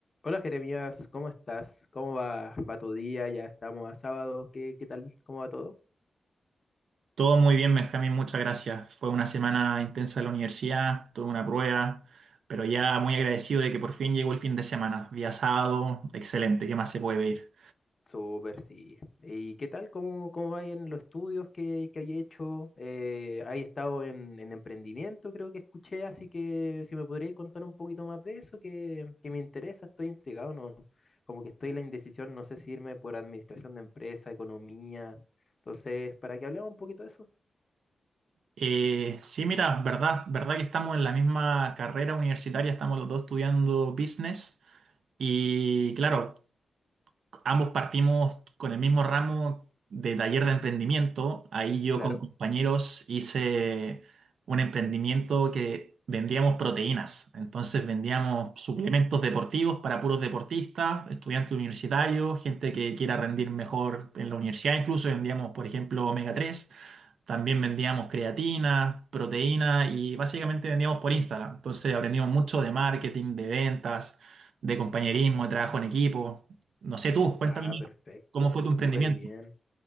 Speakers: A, on the left; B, on the right.
A: Hola Jeremías, ¿cómo estás? ¿Cómo va, va tu día? Ya estamos a sábado, ¿qué, qué tal? ¿Cómo va todo?
B: Todo muy bien, Benjamín, muchas gracias. Fue una semana intensa en la universidad, tuve una prueba, pero ya muy agradecido de que por fin llegó el fin de semana. Día sábado, excelente, ¿qué más se puede pedir?
A: Súper, sí. ¿Y qué tal? ¿Cómo, cómo va ahí en los estudios que, que hay hecho? Eh, ¿hay estado en, en emprendimiento? Creo que escuché, así que si me podrías contar un poquito más de eso, que, que me interesa, estoy intrigado, ¿no? Como que estoy en la indecisión, no sé si irme por administración de empresa, economía. Entonces, para que hablemos un poquito de eso.
B: Eh, sí, mira, verdad, verdad que estamos en la misma carrera universitaria, estamos los dos estudiando business y claro, ambos partimos con el mismo ramo de taller de emprendimiento. Ahí yo
A: Claro.
B: con compañeros hice un emprendimiento que vendíamos proteínas. Entonces vendíamos suplementos deportivos para puros deportistas, estudiantes universitarios, gente que quiera rendir mejor en la universidad. Incluso vendíamos, por ejemplo, omega 3. También vendíamos creatina, proteína y básicamente vendíamos por Instagram. Entonces aprendimos mucho de marketing, de ventas, de compañerismo, de trabajo en equipo. No sé tú, cuéntame
A: Ah,
B: más,
A: perfecto,
B: ¿cómo fue tu emprendimiento?
A: súper bien.